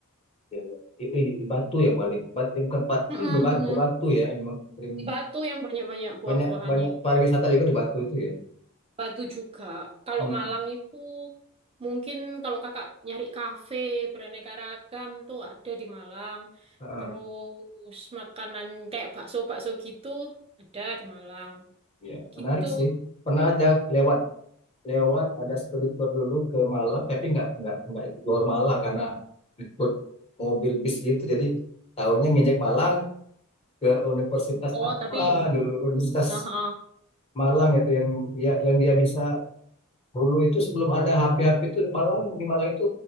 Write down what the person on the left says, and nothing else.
ya, ya. I- i- i- Batu ya paling. Batu yang tempatnya
di Batu,
Batu ya, memang sering
banyak banyak pariwisata juga di Batu itu ya.
Hmm.
ah,
ah.
Iya.
Menarik sih. Pernah aja lewat
lewat ada studi tour dulu ke Malang, tapi nggak nggak nggak explore Malang karena ikut mobil bis gitu. Jadi tahunya ngejek Malang ke universitas
apa
dulu Universitas
Malang itu yang ya, yang dia bisa dulu itu sebelum ada HP-HP itu di Malang di Malang itu